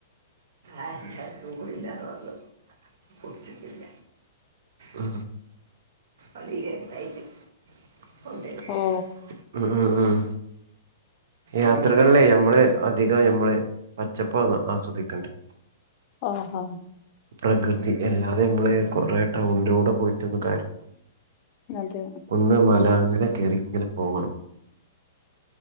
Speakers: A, on the right (about 60°); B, on the left (about 45°).
A: ആ ആ കൂടില്ലാതെ വന്നു കുടിച്ചിട്ടില്ല ആ അതി എന്തായിത് <unintelligible>
B: ഓ
A: ഉം ഉം ഉം യാത്രകളിലേ ഞമ്മള് അധികം ഞമ്മള് പച്ചപ്പാണ് ആസ്വദിക്കണ്ടെ
B: ആഹാ
A: പ്രകൃതി അല്ലാതെ നമ്മള് കൊറേ ടൗണിലൂടെ പോയിട്ടൊന്നും കാര്യല്ല
B: അതെ
A: ഒന്ന് മല അങ്ങനെ കേറി ഇങ്ങനെ പോകണം